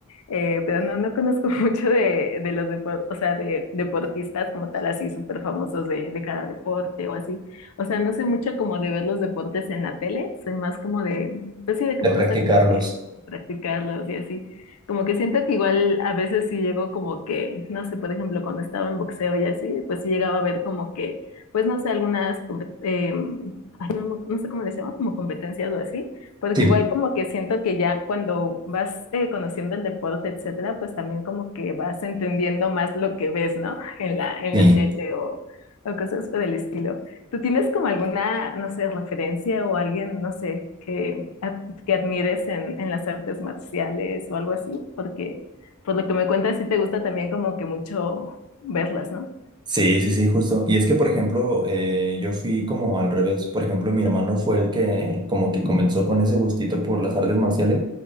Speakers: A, on the left; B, on the right.
A: eh, pero no, no conozco <laughs> mucho de, de los depor- o sea, de deportistas como tal, así súper famosos de, de cada deporte o así. O sea, no sé mucho como de ver los deportes en la tele, soy más como de, pues sí, de que
B: de
A: me
B: practicarlos.
A: gusta como que practicarlos y así. Como que siento que igual a veces sí llego como que, no sé, por ejemplo, cuando estaba en boxeo y así, pues sí llegaba a ver como que pues no sé, algunas, compet- em, ay, no, no- no sé cómo les llama, como competencias o así, porque
B: Sí,
A: igual como que siento que ya cuando vas eh, conociendo el deporte, etcétera, pues también como que vas entendiendo más lo que ves, ¿no? En la, en
B: sí.
A: la tele o, o cosas por el estilo. ¿Tú tienes como alguna, no sé, referencia o alguien, no sé, que, ad- que admires en, en las artes marciales o algo así? Porque por lo que me cuentas, sí te gusta también como que mucho verlas, ¿no?
B: Sí, sí, sí, justo. Y es que, por ejemplo, eh, yo fui como al revés. Por ejemplo, mi hermano fue el que como que comenzó con ese gustito por las artes marciales.